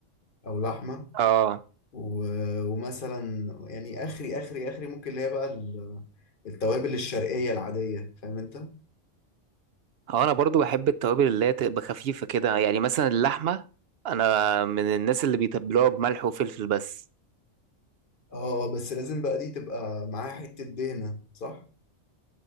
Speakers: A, on the left (about 45°); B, on the right (about 60°).
A: أو لحمة
B: اه
A: و... ومثلا يعني آخري آخري آخري ممكن اللي هي بقى ال... التوابل الشرقية العادية فاهم أنت؟
B: اه انا برضو بحب التوابل اللي هي تبقى خفيفة كده يعني مثلا اللحمة انا من الناس اللي بيتبلوها بملح وفلفل بس
A: اه آه، بس لازم بقى دي تبقى معاها حتة دهنة صح؟